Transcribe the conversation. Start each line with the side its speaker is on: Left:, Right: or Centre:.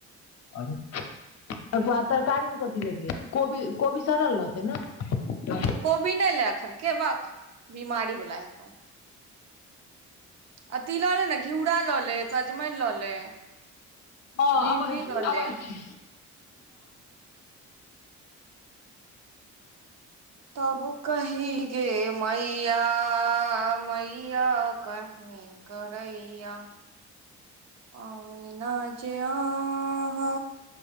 Left: ओइके बाद तरकारीमे कथी लेबही कोबी, कोबी सड़ल रहतैय न?
Right: कोबी नहि ले एखनके भक्क बिमारी वला हेतह। अथी ल ले ने घिउरा ल ले, सजमनि ल ले।
Left: हँ
Right: भिंडी
Left: अबैय छी,
Right: लऽ
Left: अबैय
Right: ले
Left: छी।
Right: तब कही गे मैया मैया कही। हे करइय। आउ ना जे आहँ।